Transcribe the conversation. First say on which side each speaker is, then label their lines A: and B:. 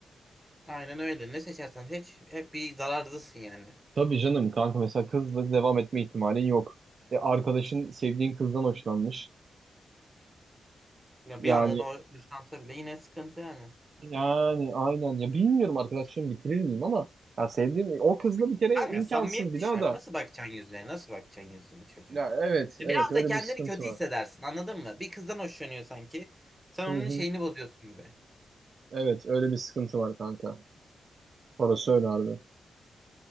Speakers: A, in the centre; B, on the right (about 55°).
A: Aynen öyle. Ne seçersen seç hep bir zararlısın yani.
B: Tabii canım kanka mesela kızla devam etme ihtimalin yok. E, arkadaşın sevdiğin kızdan hoşlanmış.
A: Ya
B: Yani
A: bir anın o hoşlansa bile yine sıkıntı yani.
B: yani aynen ya bilmiyorum arkadaşlığımı bitirir miyim ama ya sevdiğim o kızla bir kere
A: Kanka
B: imkansız
A: samimiyet
B: bir
A: düşer.
B: daha da.
A: Nasıl bakacaksın yüzüne? Nasıl bakacaksın yüzüne çocuğun?
B: Ya evet
A: E, Biraz
B: evet öyle
A: da kendini
B: bir sıkıntı
A: kötü
B: var.
A: hissedersin anladın mı? Bir kızdan hoşlanıyor sanki. Sen
B: Hı
A: onun
B: hı.
A: şeyini bozuyorsun gibi.
B: Evet öyle bir sıkıntı var kanka. Orası öyle harbi.